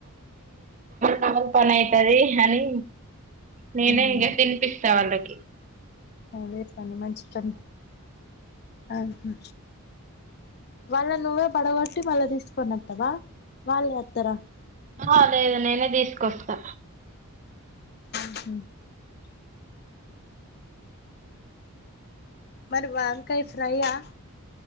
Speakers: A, on the right (about 35°); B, on the left (about 45°).
A: డబుల్ పని అయితది హని నేనే
B: ఉమ్
A: ఇక తినిపిస్తా వాళ్ళకి
B: అదే పని మంచి పని ఆహా వాళ్ళ నువ్వే పడగొట్టి వాళ్ళ తీసుకనిత్తావా వాళ్ళు వస్తార
A: ఆ లేదు నేనే తీసుకొస్తా
B: హ మరువా కై ఫ్రైయా